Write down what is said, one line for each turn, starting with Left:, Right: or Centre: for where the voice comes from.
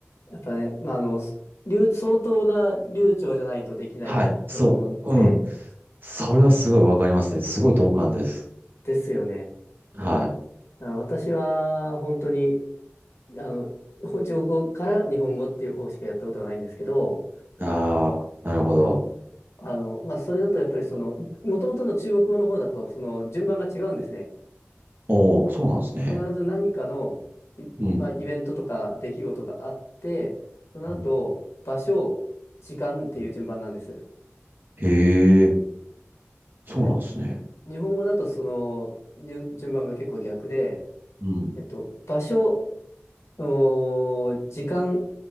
Left: やっぱね、まあ、あの、流、相当な流暢じゃないとできないきと思うんで、
Right: はい。そう。うん。それはすごいわかりますね。すごい同感です。
Left: ですよね。
Right: は
Left: だから私は、本当に、あの、ほ中国語から日本語っていう方しかやったことはないんですけど、
Right: い。ああ、なるほど。
Left: あの、まあ、それだとやっぱりその、もともとの中国語の方だと、その順番が違うんですね。
Right: おお、そうなんですね。
Left: 必ず何かの、いまあ、
Right: うん。
Left: イベントとか出来事があって、その後、
Right: うん
Left: 場所、時間っていう順番なんです。
Right: うんへえ、そうなんですね。
Left: で、日本語だとその、に順番が結構逆で、
Right: うん。
Left: えっと、場所、おー時間